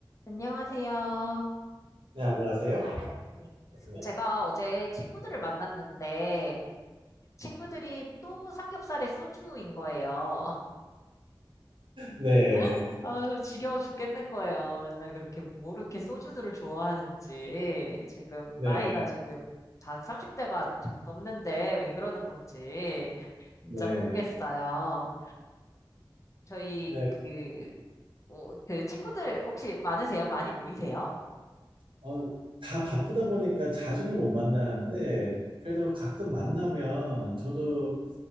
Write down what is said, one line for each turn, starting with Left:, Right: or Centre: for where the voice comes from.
Left: 안녕하세요.
Right: 네, 안녕하세요.
Left: 네.
Right: 네.
Left: 제가 어제 친구들을 만났는데 친구들이 또 삼겹살에 소주인 거예요.
Right: 네.
Left: <laughs> 아, 지겨워 죽겠는 거예요. 맨날 그렇게 뭐 이렇게 소주들을 좋아하는지 지금
Right: 네.
Left: 나이가 지금 다 30대가 지금 넘는데 왜 그러는 건지 진짜
Right: 네.
Left: 모르겠어요. 저희
Right: 네.
Left: 그 뭐, 그 친구들 혹시 많으세요? 많이 모이세요?
Right: 어 다 바쁘다 보니까 자주는 못 만나는데 그래도 가끔 만나면 저도